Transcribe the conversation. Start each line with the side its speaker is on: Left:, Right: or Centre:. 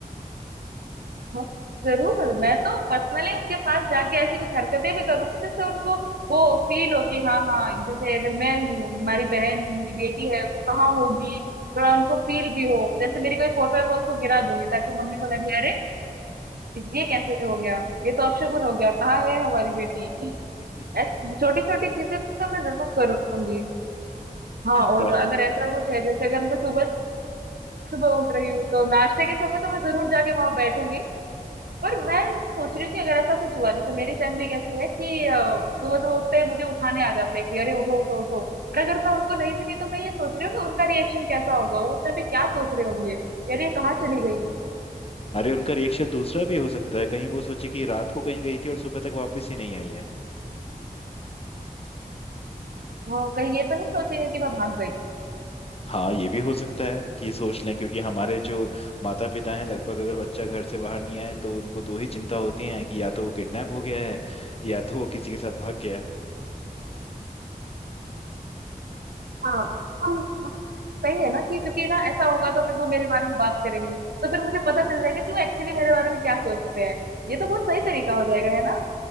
Right: हाँ, जरूर मैं तो पर्सनली उनके पास जाके ऐसी कुछ हरकतें भी करूंगी जिससे उनको वो फील हो कि हाँ हाँ जैसे अगर मैं हूँ हमारी बहन है, मेरी बेटी है वो कहाँ होगी थोड़ा उनको फील भी हो जैसे मेरी कोई फोटो है मैं उसको गिरा दूंगी ताकि मम्मी को लगे अरे ये कैसे हो गया ये तो अपशगुन हो गया कहाँ है हमारी बेटी <laughs>
Left: <laughs>
Right: छोटी छोटी चीजें तो मैं जरूर करूंगी हाँ और
Left: का,
Right: अगर ऐसा कुछ है जैसे अगर मैं सुबह सुबह उठ रही हूँ तो नाश्ते के समय तो मैं जरूर जाके वहां बैठूंगी पर मैं सोच रही हूँ कि अगर ऐसा कुछ हुआ जैसे मेरी फैमिली कैसी है कि अ, सुबह सुबह उठते ही मुझे उठाने आ जाते हैं कि अरे उठो उठो उठो पर अगर मैं उनको नहीं मिली तो मैं ये सोच रही हूँ कि उनका रिएक्शन कैसा होगा वो उस टाइम पे क्या सोच रहे होंगे कि अरे ये कहाँ चली गई
Left: अरे उनका रिएक्शन दूसरा भी हो सकता है कहीं वो सोचे कि रात को कहीं गई थी और सुबह तक वापस ही नहीं आई है
Right: हाँ कहीं ये तो नहीं सोचेंगे कि मैं भाग गई
Left: हाँ ये भी हो सकता है कि ये सोच लें क्योंकि हमारे जो माता पिता हैं लगभग अगर बच्चा घर से बाहर नहीं आए तो उनको दो ही चिंता होती हैं कि या तो वो किडनैप हो गया है या तो वो किसी के साथ भाग गया है
Right: हाँ हम सही है ना कि क्योंकि ना ऐसा होगा तो फिर वो मेरे बारे में बात करेंगे तो फिर मुझे पता चल जाएगा कि वो एक्चुअली मेरे बारे में क्या सोचते हैं ये तो बहुत सही तरीका हो जाएगा है ना